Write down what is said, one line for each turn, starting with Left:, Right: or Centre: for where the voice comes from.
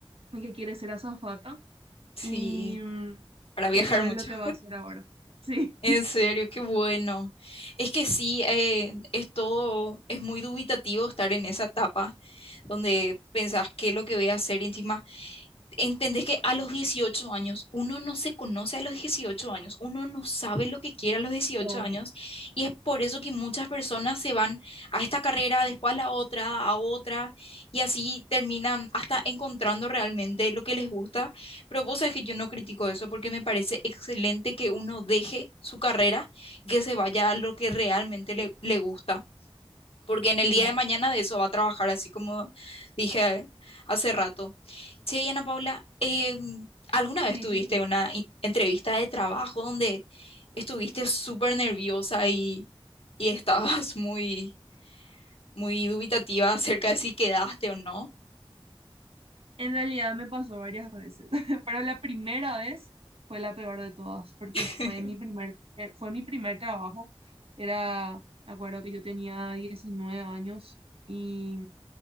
Right: en que quiere ser azafata
Left: sí,
Right: y mm,
Left: para viajar
Right: eso es
Left: mucho.
Right: lo que va a hacer ahora. <laughs> Sí,
Left: En serio, qué bueno. Es que sí, eh, es todo, es muy dubitativo estar en esa etapa donde pensás qué es lo que voy a hacer y encima. Entendés que a los 18 años uno no se conoce a los 18 años, uno no sabe lo que quiere a los dieciocho
Right: no,
Left: años y es por eso que muchas personas se van a esta carrera, después a la otra, a otra y así terminan hasta encontrando realmente lo que les gusta pero vos sabés que yo no critico eso porque me parece excelente que uno deje su carrera y que se vaya a lo que realmente le, le gusta. Porque en
Right: sí,
Left: el día de mañana de eso va a trabajar, así como dije hace rato. Sí, Ana Paula, em, ¿alguna vez
Right: sí,
Left: tuviste
Right: sí, sí.
Left: una in- entrevista de trabajo donde estuviste súper nerviosa y, y estabas <laughs> muy, muy dubitativa acerca de si quedaste o no?
Right: En realidad me pasó varias veces, <laughs> pero la primera vez fue la peor de todas, porque
Left: <laughs>
Right: fue mi primer, eh, fue mi primer trabajo, era, me acuerdo que yo tenía 19 años. Y